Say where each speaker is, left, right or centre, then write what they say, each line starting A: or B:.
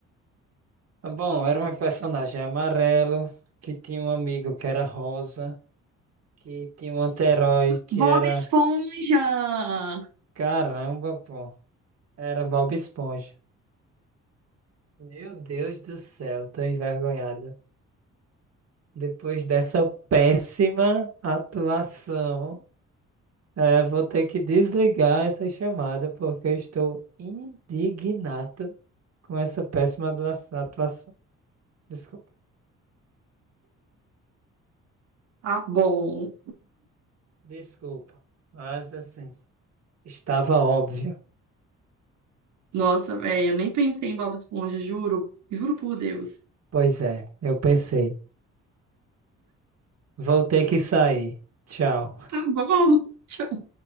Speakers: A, on the right (about 55°); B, on the right (about 70°).
A: Ah, Bom, era um personagem amarelo que tinha um amigo que era rosa. Que tinha um anti-herói que
B: Bob
A: era.
B: Esponja!
A: Caramba, pô. Era Bob Esponja. Meu Deus do céu, tô envergonhado. Depois dessa péssima atuação, é, vou ter que desligar essa chamada porque eu estou indignado com essa péssima atua- atuação. Desculpa.
B: Tá bom.
A: Desculpa. Mas assim, estava óbvio.
B: Nossa, velho, eu nem pensei em Bob Esponja, juro. Juro por Deus.
A: Pois é, eu pensei. Vou ter que sair. Tchau.
B: Tá bom. <laughs> Tchau.